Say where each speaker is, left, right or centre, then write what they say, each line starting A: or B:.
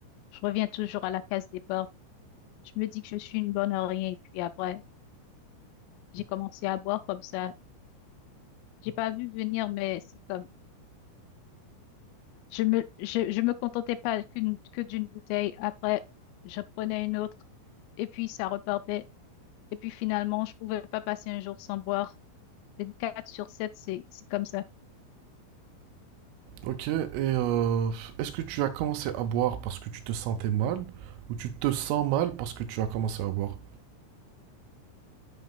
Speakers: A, on the left; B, on the right.
A: je reviens toujours à la case départ. Je me dis que je suis une bonne à rien. Et puis après, j'ai commencé à boire comme ça. J'ai pas vu venir, mais c'est comme je me je, je me contentais pas qu'une que d'une bouteille. Après, je prenais une autre et puis ça repartait. Et puis finalement, je pouvais pas passer un jour sans boire. quatre sur 7 c'est c'est comme ça.
B: Ok, et euh, est-ce que tu as commencé à boire parce que tu te sentais mal ou tu te sens mal parce que tu as commencé à boire?